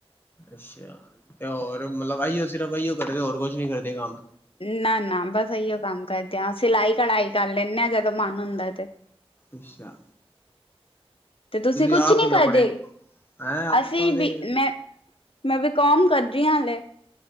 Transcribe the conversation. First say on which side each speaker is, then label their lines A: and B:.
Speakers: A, on the left; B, on the left.
A: ਅੱਛਾ, ਤੇ ਹੋਰ ਮਤਲਬ ਇਹੀਓ ਸਿਰਫ ਇਹੀਓ ਕਰਦੇ, ਹੋਰ ਕੁਛ ਨੀ ਕਰਦੇ ਕੰਮ
B: ਨਾ -ਨਾ ਬਸ ਇਹੀਓ ਕੰਮ ਕਰਦੇ ਆ, ਸਿਲਾਈ ਕਢਾਈ ਕਰ ਲੈਂਦੇ ਆ ਅਗਰ ਜਦੋਂ ਮਨ ਹੁੰਦਾ ਤੇ
A: ਅੱਛਾ
B: ਤੇ ਤੁਸੀਂ ਕੁਛ
A: ਆਪ
B: ਨਹੀ
A: ਕਿੰਨਾ
B: ਕਰਦੇ,
A: ਪੜ੍ਹੇ ਹੈਂ ਆਪਾਂ
B: ਅਸੀਂ
A: ਤੇ
B: ਵੀ ਮੈਂ ਮੈਂ ਵੀਕਾਮ ਕਰਦੀ ਹਾਂ, ਹਲੇ